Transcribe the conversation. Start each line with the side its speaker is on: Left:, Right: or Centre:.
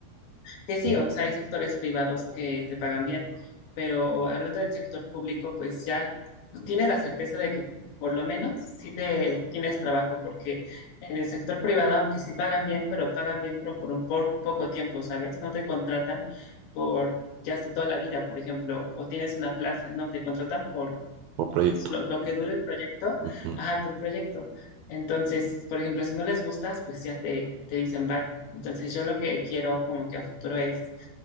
Left: que sí,
Right: ¿Mm?
Left: o sea, hay sectores privados que te pagan bien, pero hablando del sector público, pues ya tienes la certeza de que por lo menos sí te tienes trabajo, porque en el sector privado, aunque sí pagan bien, pero pagan bien, pero por un por poco tiempo, ¿sabes? No te contratan por ya hace toda la vida, por ejemplo, o tienes una plaza, no, te contratan por
Right: o proyecto?
Left: lo, lo que dure el proyecto,
Right: Ujú.
Left: ajá, por proyecto. Entonces, por ejemplo, si no les gustas, pues ya te, te dicen bye. Entonces, yo lo que quiero como que a futuro es